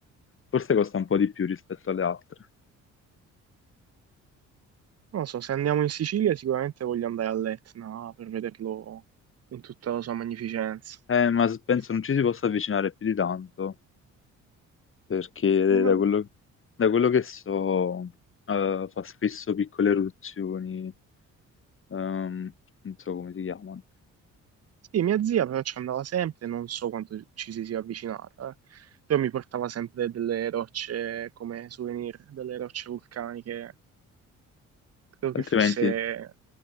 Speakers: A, on the left; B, on the right.
A: Forse costa un po' di più rispetto alle altre.
B: Non lo so, se andiamo in Sicilia sicuramente voglio andare all'Etna per vederlo in tutta la sua magnificenza.
A: Eh, ma s- penso
B: Eh,
A: non ci si possa avvicinare più di tanto, perché
B: no-
A: da quello, da quello che so, eh, fa spesso piccole eruzioni Ehm, non so come si chiamano.
B: Sì, mia zia però ci andava sempre, non so quanto ci si sia avvicinata, eh. Però mi portava sempre delle rocce come souvenir, delle rocce vulcaniche. Credo
A: Altrimenti
B: che fosse